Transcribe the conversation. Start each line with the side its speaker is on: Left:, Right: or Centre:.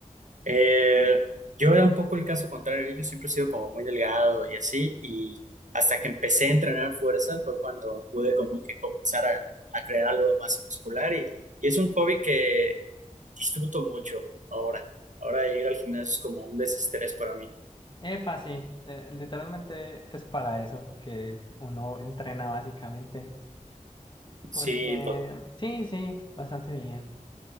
Right: Eh, yo era un poco el caso contrario, yo siempre he sido como muy delgado y así, y hasta que empecé a entrenar fuerza fue cuando pude como que comenzar a, a crear algo de masa muscular y, y es un hobby que disfruto mucho ahora. Ahora ir al gimnasio es como un desestrés para mí.
Left: Es fácil, literalmente es para eso que uno entrena básicamente. Porque
Right: Sí, to-
Left: sí, sí, bastante bien.